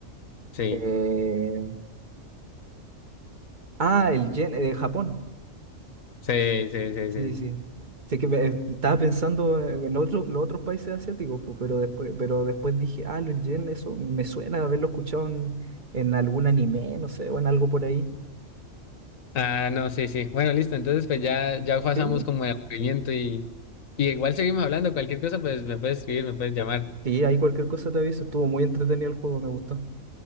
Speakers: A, on the left; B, on the right.
A: Sí,
B: Eh, Ah, el yen, eh, Japón.
A: sí, sí, sí,
B: Sí,
A: sí. sí.
B: sí. Sé que me- eh, estaba pensando en otro- los otros países asiáticos, pues, pero después, pero después dije, ah, el yen, eso me suena de haberlo escuchado en, en algún anime, no sé, o en algo por ahí.
A: Ah, no, sí, sí. Bueno, listo, entonces pues ya, ya pasamos
B: Sí,
A: como de aburrimiento y, y igual seguimos hablando, cualquier cosa, pues me puedes escribir, me puedes llamar.
B: sí, ahí cualquier cosa te aviso. Estuvo muy entretenido el juego, me gustó.